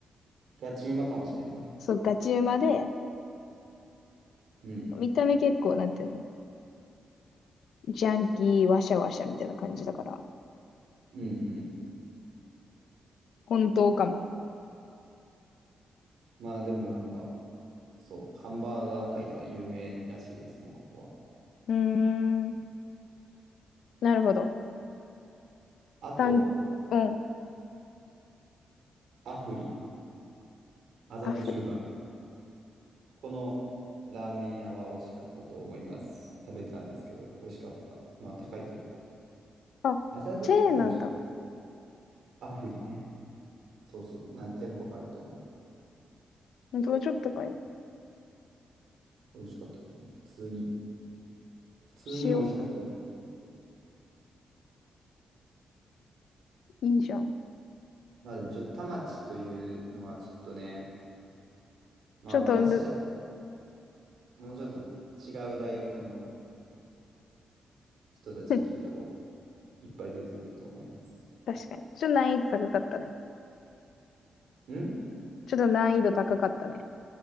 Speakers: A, on the right; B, on the left.
A: ガチうまかもしれんね。
B: そう、ガチうまで、
A: うん。
B: 見た目結構なんていうのジャンキー、ワシャワシャみたいな感じだから、
A: うんうん。
B: 本当かも。
A: まあでもなんか、そう、ハンバーガー界では有名らしいですね、ここは。
B: うーん。なるほど。
A: あと、
B: 単、ン、うん。
A: アフリ、麻布十番。
B: アフリ。
A: このラーメン屋は美味しかったと思います。食べたんですけど、美味しかった。まあ高いけど。
B: あ、
A: 麻布十番、
B: チェーンなんだ。
A: ちょっとアフリね。そうそう、何店舗かあると思う。
B: どうちょっとかに
A: 美味しかったけどね。普通に。普通に美味しかった。
B: しよう。いいじゃん。
A: まあでもちょっと田町というのはちょっとね、まあ私じゃ
B: ちょっとむ、
A: もうちょっと違う大学の人たちに聞いた方が
B: <laughs>
A: いっぱい出てくると思います。
B: 確かに。ちょっと難易度高かったね。
A: ん
B: ちょっと難易度高かったね。